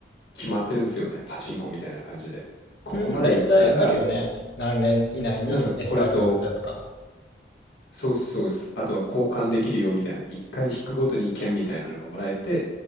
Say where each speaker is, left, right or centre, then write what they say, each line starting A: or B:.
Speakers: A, on the left; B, on the left.
A: 決まってるんですよね。パチンコみたいな感じで。ここまで行ったら、
B: うん、大体あるよね。何年以内に
A: なんかこれと、
B: SR 確定とか。
A: そうっすそうです、あとは交換できるよみたいな、一回引くごとに券みたいなのがもらえて、